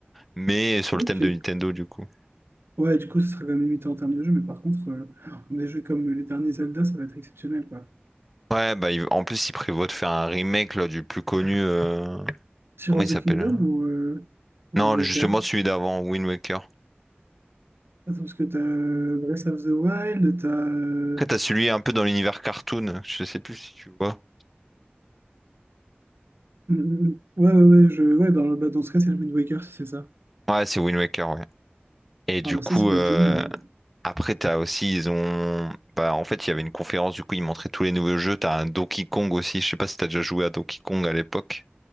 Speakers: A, in the centre; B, on the right.
A: Mais sur
B: ok.
A: le thème de Nintendo, du coup.
B: Ouais, du coup, ce sera quand même limité en termes de jeux, mais par contre, euh, des jeux comme euh, les derniers Zelda, ça va être exceptionnel, quoi.
A: Ouais, bah, il- en plus, il prévoit de faire un remake là, du plus connu. euh,
B: Tears
A: Comment
B: of
A: il s'appelle?
B: the Kingdom ou euh, Wind
A: Non,
B: Waker?
A: justement, celui d'avant, Wind Waker.
B: Attends, parce que t'as euh, Breath of the Wild, t'as euh,
A: Après, t'as celui un peu dans l'univers cartoon. Je sais plus si tu vois.
B: Mm, mm, mm. Ouais, ouais, ouais, je, ouais dans, le- bah, dans ce cas, c'est le Wind Waker, si c'est ça.
A: Ouais, c'est Wind Waker, ouais. Et du
B: Ah, bah,
A: coup,
B: ça, ça peut
A: euh,
B: être génial. hein.
A: après, t'as aussi, ils ont... Bah, en fait, il y avait une conférence, du coup, ils montraient tous les nouveaux jeux. T'as un Donkey Kong aussi, je sais pas si t'as déjà joué à Donkey Kong à l'époque.